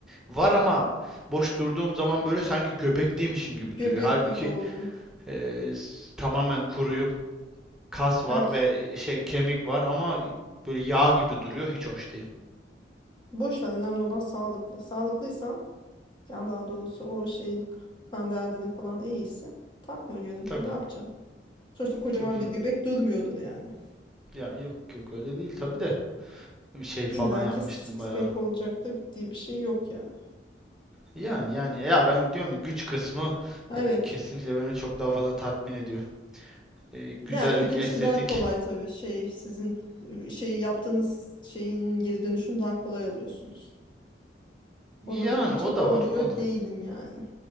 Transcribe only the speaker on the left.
Göbek
gibi oluyor.
Belki
boş ver önemli olan sağlıklı. Sağlıklıysan yani daha doğrusu o şey kan derdini falan iyiyse takma görüntüyü
ne yapacaksın? Sonuçta kocaman
bir göbek durmuyordur yani.
İlla
ki six
pack olacaktır diye bir şey yok yani.
Evet.
Bir de erkekler
için daha kolay tabii şey sizin e, şey yaptığınız şeyin geri dönüşünü daha kolay alıyorsunuz. Ona
da gıcık
olmuyor
değilim yani.